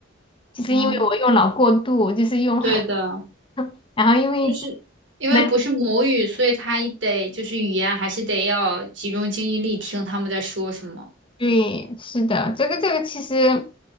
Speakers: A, on the left; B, on the right.
A: 就是因为我用脑过度，
B: 嗯，
A: 就是用，
B: 对的。
A: <laughs> 然后因为
B: 就是因为不是母语，
A: 那。
B: 所以他一得就是语言还是得要集中精力力听他们在说什么。
A: 对，是的，这个这个其实，